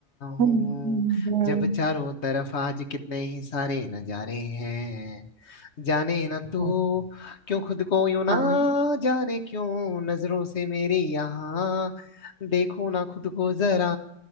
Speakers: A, on the left; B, on the right.
A: हूँ
B: हम्म हम्म हम्म,
A: जब चारों तरफ आज कितने ही सारे नजारे हैं जाने ना तू
B: हम्म।
A: क्यों खुद को यूं ना
B: हाँ
A: जाने क्यों नजरों से मेरी यहाँ देखो ना खुद को जरा